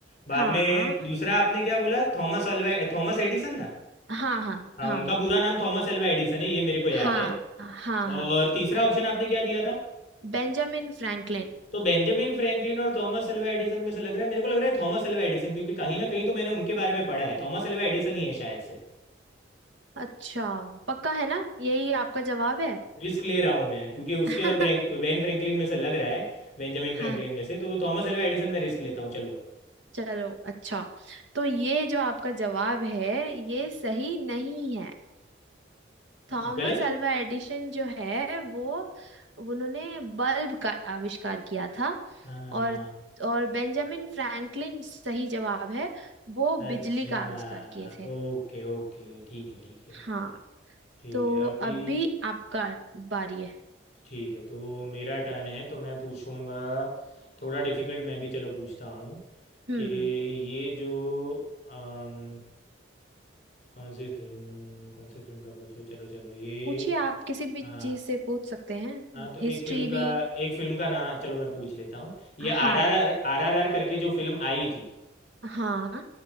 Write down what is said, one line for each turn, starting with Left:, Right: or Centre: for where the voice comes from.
Left: बाद
Right: हाँ
Left: में दूसरा आपने क्या बोला थॉमस अल्वा थॉमस एडिसन ना
Right: हाँ हाँ
Left: हाँ
Right: हाँ
Left: उनका पूरा नाम थॉमस अल्वा एडिसन है ये मेरे को याद
Right: हाँ
Left: है
Right: हाँ हाँ हाँ
Left: और तीसरा ऑप्शन आपने क्या दिया था
Right: Benjamin Franklin
Left: तो बेंजामिन फ्रैंकलिन और थॉमस अल्वा एडिसन में से लग रहा है मेरे को लग रहा है थॉमस अल्वा एडिसन क्योंकि कहीं ना कहीं तो मैंने उनके बारे में पढ़ा है थॉमस अल्वा एडिसन ही है शायद से
Right: अच्छा पक्का है ना यही आपका जवाब है
Left: रिस्क ले रहा हूँ मैं क्योंकि उसके
Right: <laughs>
Left: और ब्रैंक वेन फ्रैंकलिन में से लग रहा है बेंजामिन फ्रैंकलिन
Right: हाँ
Left: में से तो थॉमस अल्वा एडिसन में रिस्क लेता हूँ चलो
Right: चलो अच्छा तो ये जो आपका जवाब है ये सही नहीं है।
Left: आ,
Right: थॉमस
Left: गलत है
Right: अल्वा एडिशन जो है वो उन्होंने बल्ब का आविष्कार किया था
Left: हाँ
Right: और और बेंजामिन फ्रैंकलिन सही जवाब है वो
Left: अच्छा
Right: बिजली का आविष्कार किए थे
Left: ओके ओके ठीक है ठीक है
Right: हाँ
Left: ठीक
Right: तो
Left: है अभी
Right: अभी आपका बारी है
Left: ठीक है तो मेरा टर्न है तो मैं पूछूंगा थोड़ा डिफिकल्ट मैं भी चलो पूछता हूँ
Right: हम्म
Left: कि ये जो अम, कौन सी फिल्म कौन सी फिल्म का पूछूं चलो चलो ये
Right: पूछिए आप किसी भी
Left: आ,
Right: चीज से पूछ सकते हैं
Left: हाँ तो
Right: हिस्ट्री
Left: एक फिल्म
Right: भी
Left: का एक फिल्म का नाम चलो मैं पूछ लेता हूँ ये
Right: हाँ
Left: R R R R R R करके जो फिल्म आई थी
Right: हाँ